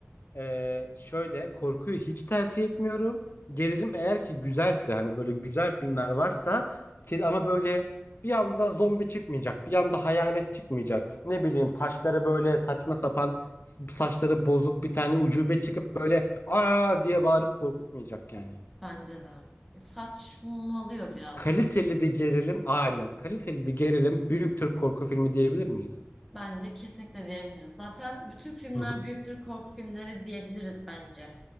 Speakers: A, on the left (about 55°); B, in the centre.
A: Ee, şöyle korkuyu hiç tercih etmiyorum. Gerilim eğer ki güzelse hani böyle güzel filmler varsa ki ama böyle bir anda zombi çıkmayacak, bir anda hayalet çıkmayacak. Ne bileyim saçları böyle saçma sapan s- saçları bozuk bir tane ucube çıkıp böyle aa diye bağırıp korkutmayacak yani.
B: Bence de. E, Saçmalıyor biraz.
A: Kaliteli bir gerilim aynen kaliteli bir gerilim büyük Türk korku filmi diyebilir miyiz?
B: Bence kesinlikle diyebiliriz. Zaten bütün filmler
A: Hı hı.
B: büyüktür korku filmleri diyebiliriz bence.